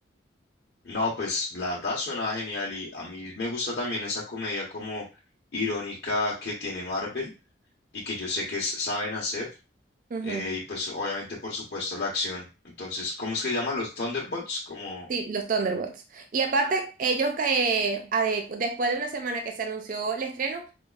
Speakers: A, on the left; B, on the right.
A: No, pues la verdad suena genial y a mí me gusta también esa comedia como irónica que tiene Marvel y que yo sé que s- saben hacer
B: Ujú.
A: eh, y pues obviamente por supuesto la acción. Entonces, ¿cómo es que llaman los Thunderbolts? Como
B: Sí, los Thunderbolts. Y aparte, ellos eh, a de- después de una semana que se anunció el estreno,